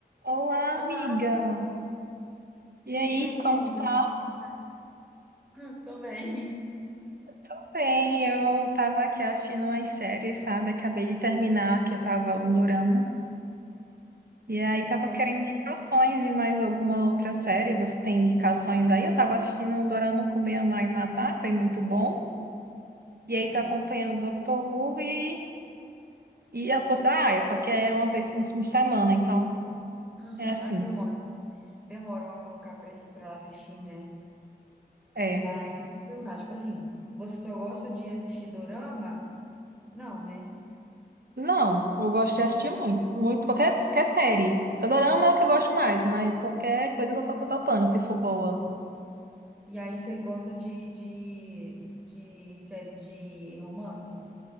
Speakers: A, on the right; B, in the centre.
A: Olá,
B: Olá!
A: amiga. E aí,
B: E aí,
A: como
B: amiga,
A: tu tá?
B: como você tá? Hum, Tô bem.
A: Tudo bem? Eu tava aqui assistindo umas séries, sabe? Acabei de terminar, que eu tava um dorama. E aí
B: <laughs>
A: tava
B: Qual
A: querendo
B: que-
A: indicações de mais alguma outra série. Você tem indicações aí? Eu tava assistindo um dorama com minha mãe matar, foi muito bom. E aí
B: Aham.
A: tô acompanhando o Doctor Who e, e a Cor da Aia, só que é uma vez por semana, então
B: Aham.
A: é assim.
B: Aí demora, pô. demoram a colocar pra, pra assistir, né?
A: É,
B: Mas, perguntar, tipo assim, você só gosta de assistir dorama? Não, né?
A: Não, eu gosto de assistir muito, muito qualquer, qualquer série. Só dorama é o que eu gosto mais, mas qualquer coisa eu
B: Sim.
A: tô, tô topando, se for boa.
B: E aí você gosta de, de, de série de romance?